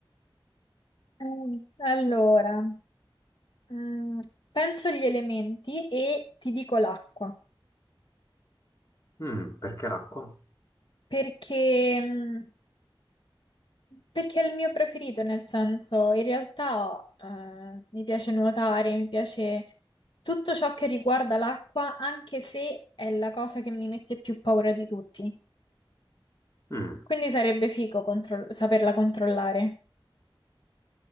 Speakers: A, on the left; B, on the left.
A: Eh, Allora. Mm, penso agli elementi e ti dico l'acqua,
B: Mm, perché l'acqua?
A: perché, mm, perché è il mio preferito, nel senso, in realtà eh, mi piace nuotare, mi piace tutto ciò che riguarda l'acqua, anche se è la cosa che mi mette più paura di tutti.
B: Mm.
A: Quindi sarebbe figo contro- saperla controllare.